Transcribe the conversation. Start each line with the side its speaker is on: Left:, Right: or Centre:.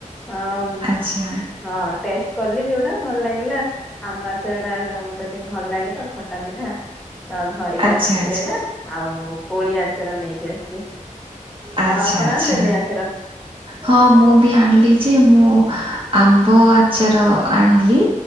Centre: ହଁ।
Right: ଆଚ୍ଛା
Centre: ହଁ ଟେଷ୍ଟ କଲି ଯୋଉଟା ଭଲ ଲାଗିଲା ଆମ୍ବା ଆଚାର ଟା ମତେ ଟିକେ ଭଲ ଲାଗେ ତ ଖଟା ମିଠା। ତ ଧରିକି
Right: ଆଚ୍ଛା
Centre: ଆସିଛି
Right: ଆଚ୍ଛା
Centre: ସେଇଟା ଆଉ। କୋଳିଆ ଆଚାର ନେଇକି ଆସିଛି।
Right: ଆଚ୍ଛା
Centre: ଆଉ ଆପଣ
Right: ଆଚଛା
Centre: ଆଣିଲେନି ଆଚାର
Right: ହଁ ମୁଁ ବି ଆଣିଲି ଯେ ମୁଁ। ଆମ୍ବ ଆଚାର ଆଣିଲି।